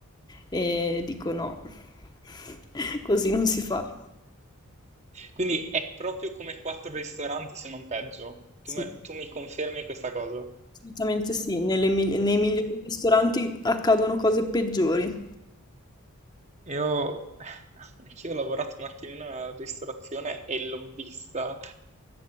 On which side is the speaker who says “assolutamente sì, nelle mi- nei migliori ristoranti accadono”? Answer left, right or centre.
Left